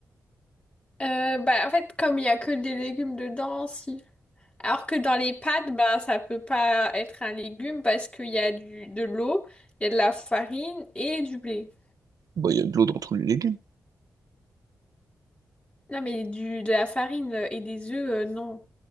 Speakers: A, on the left; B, on the right.
A: Euh, bah, en fait, comme il y a que des légumes dedans, si. Alors que dans les pâtes, bah, ça peut pas être un légume parce qu'il y a du, de l'eau, il y a de la farine et du blé.
B: Bah, il y a de l'eau dans tous les légumes.
A: Non, mais du, de la farine et des œufs, euh, non.